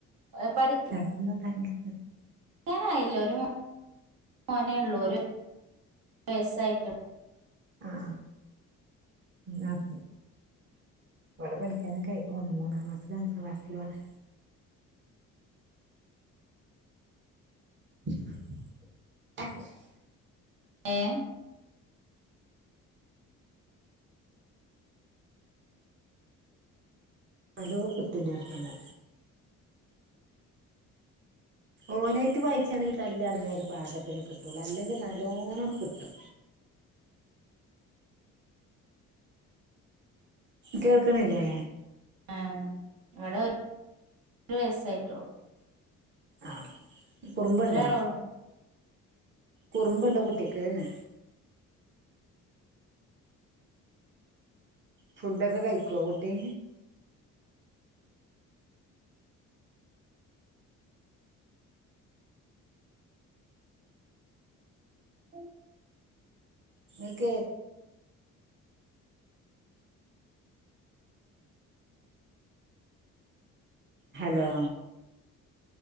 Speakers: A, on the right; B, on the right.
A: എ പഠിക്
B: <unintelligible>
A: ഞാനായില്ലേ ഒരു മോനെേ ഉള്ളൂ ഒരു വസായിട്ട്
B: ആഹ് <unintelligible> ക്കും ഇവിടെ പഠിക്കാനൊക്കെ അഴിക്കുന്നു ഒന്ന് മൂന്നാംക്ലസിലും അഞ്ചാംക്ലസില ആണ് <unintelligible>
A: ഏഹ്
B: നല്ലോ കിട്ടുന്റെടത്ന്ന് ഓനായിട്ട് വായിച്ചാണെങ്കിൽ തല് അന്നര് പാകം കിട്ടൂല അല്ലെങ്കിൽ നല്ലലോണ്ണം കിട്ടും കേൾക്കണില്ലേ
A: ആഹ് ഇവിടെ ഒരുവയസായിട്ടുള്ളൂ
B: ആഹ് കുറുമ്പ്ണ്ടോ?
A: ഒരാളൊള്ളൂ
B: കുറുമ്പുണ്ടോ കുട്ടിക്ക്ന്ന്? ഫുഡൊക്കെ കഴിക്കോ കുട്ടി?
A: <inaudible>
B: ങ്ങക്ക് ഹലോ